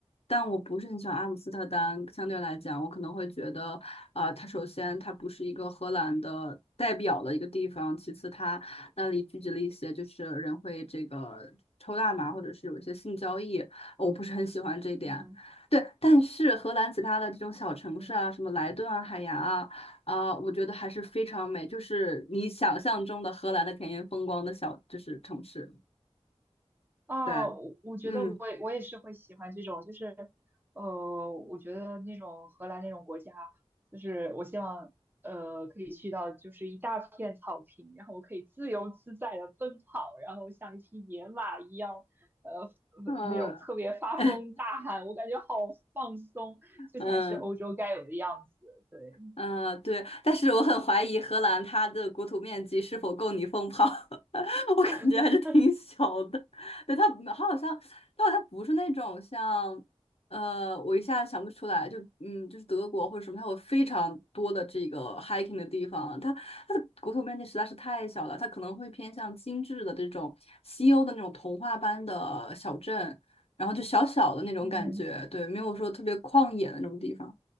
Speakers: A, on the left (about 65°); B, on the right (about 20°).
A: 但我不是很喜欢阿姆斯特丹。相对来讲，我可能会觉得，啊、它首先它不是一个荷兰的代表的一个地方，其次它那里聚集了一些就是人会这个抽大麻或者是有一些性交易，我不是很喜欢这一点。
B: 嗯
A: 对，但是荷兰其他的这种小城市啊，
B: 嗯。
A: 什么莱顿啊、海牙啊。啊，我觉得还是非常美，就是你想象中的荷兰的田园风光的小，就是城市。
B: 啊，
A: 对，
B: 我我觉得我也我也是会喜欢这种，
A: 嗯，
B: 就是，呃，我觉得那种荷兰那种国家，就是我希望，呃，可以去到就是一大片草坪，然后我可以自由自在的奔跑，然后像一匹野马一样，呃，呃那种特别发疯大喊，
A: 呃，<laughs>
B: 我感觉好放松，这才是欧洲该有的样子，
A: 嗯。
B: 对。
A: 嗯，对，但是我很怀疑荷兰它的国土面积是否够你疯跑，<laughs> 我感觉还是挺小的。
B: <laughs>
A: 对，它它好像它好像不是那种像，呃，我一下想不出来，就嗯，就是德国或者什么，它有非常多的这个 hiking 的地方，它它的国土面积实在是太小了，它可能会偏向精致的这种西欧的那种童话般的小镇，然后就小小的那种感觉，
B: 嗯。
A: 对，没有说特别旷野的那种地方，